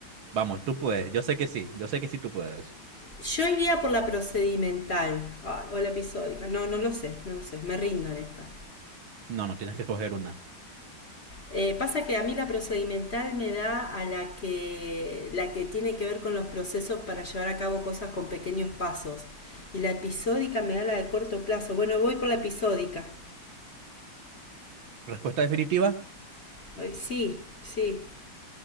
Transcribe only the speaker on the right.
vamos, tú puedes. Yo sé que sí, yo sé que sí tú puedes.
No, no, tienes que coger una.
Respuesta definitiva.